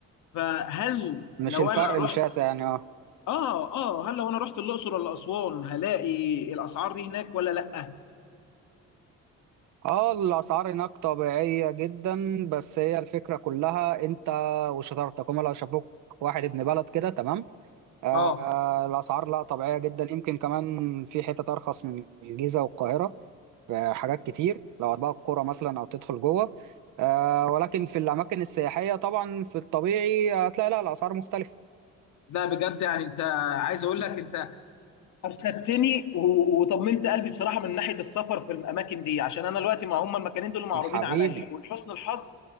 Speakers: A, on the left (about 75°); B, on the right (about 75°).
A: فهل
B: مش
A: لو
B: الفرق
A: انا
B: الشاسع
A: رحت
B: يعني اه
A: اه اه هل لو انا رحت الاقصر ولا اسوان هلاقي الاسعار دي هناك ولا لا
B: اه الاسعار هناك طبيعيه جدا بس هي الفكره كلها انت وشطارتك هم لو شافوك واحد ابن بلد كده تمام آه
A: اه
B: آه، الاسعار لا طبيعيه جدا يمكن كمان في حتت ارخص من الجيزه والقاهره في حاجات كتير لو هتبقى القرى مثلا او تدخل جوه آه ولكن في الاماكن السياحيه طبعا في الطبيعي هتلاقي لا الاسعار مختلفه
A: لا بجد يعني انت عايز اقول لك انت ارشدتني و- وطمنت قلبي بصراحه من ناحيه السفر في الاماكن دي عشان انا دلوقتي ما هم المكانين دول معروضين
B: حبيبي
A: عليا ولحسن الحظ